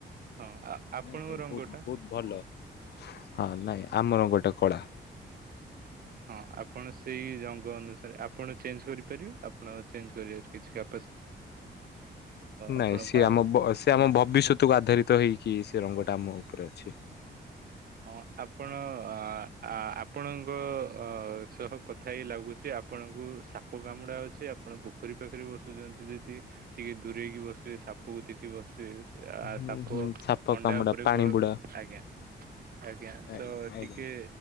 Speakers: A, on the right (about 50°); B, on the left (about 60°).
A: ହଁ ଆ ଆପଣଙ୍କ
B: ନାଇଁ ନାଇଁ
A: ରଙ୍ଗ
B: ବହୁତ
A: ଟା?
B: ବହୁତ ଭଲ ହଁ ନାଇଁ ଆମର ଗୋଟେ କଳା।
A: ହଁ ଆପଣ ସେଇ ଅଙ୍ଗ ଅନୁସାରେ ଆପଣ ଚେଞ୍ଜ କରିପାରିବେ ଆପଣ ଚେଞ୍ଜ କରିବେ କିଛିଟା ଆପଣ
B: ନାଇଁ ସିଏ
A: ପାୱାର
B: ଆମ ବ ସେ ଆମ
A: ନା
B: ଭବିଷ୍ୟତକୁ ଆଧାରିତ ହେଇକି ସେ ରଙ୍ଗଟା ଆମ ଉପରେ ଅଛି।
A: ହଁ ଆପଣ ଆ ଆପଣଙ୍କ ଅ ସହ କଥା ହେଇ ଲାଗୁଚି ଆ ଆପଣଙ୍କୁ ସାପ କାମୁଡା ଅଛି ଆପଣ ପୋଖରୀ ପାଖରେ ବସୁଚନ୍ତି ଯଦି ଟିକେ ଦୂରେଇକି ବସିବେ ସାପକୁ ଦେଖି ବସିବେ। ଆ
B: ହୁଁ
A: ସାପ
B: ହୁଁ ସାପ
A: ଅଣ୍ଡା
B: କାମୁଡା
A: ଉପରେ
B: ପାଣି
A: ଗୋଡ
B: ବୁଡା।
A: ଆଜ୍ଞା। ଆଜ୍ଞା ତ
B: ଆଜ୍ଞା ଆଜ୍ଞା
A: ଟିକେ